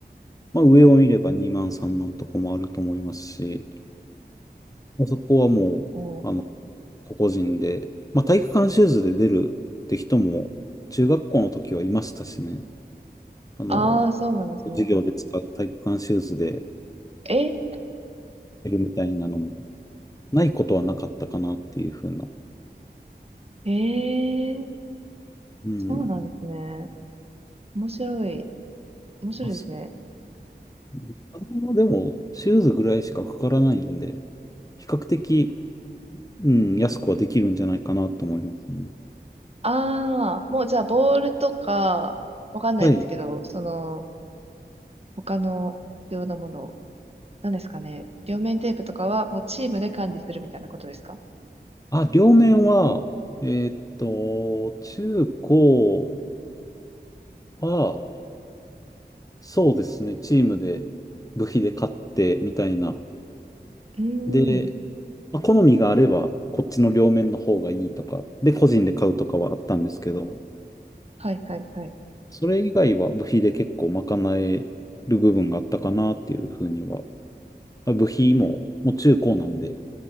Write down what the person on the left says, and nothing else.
まあ、上を見れば2万、3万とかもあると思いますし、まあそこはもう、
あの、個々人で、まあ、体育館シューズで出るって人も、中学校の時はいましたしね。あの、
授業で使う体育館シューズで
出るみたいなのも。ないことはなかったかなっていうふうな。
うん。
あ、そう。お金はでも、シューズぐらいしかかからないんで、比較的、うん、安くはできるんじゃないかなと思いますね。
はい。
あ、両面は、えーっと、中高は、そうですね、チームで部費で買ってみたいな。
で、まあ、好みがあれば、こっちの両面の方がいいとか、で、個人で買うとかはあったんですけど、
それ以外は部費で結構賄える部分があったかなっていうふうには。まあ部費も、もう中高なんで、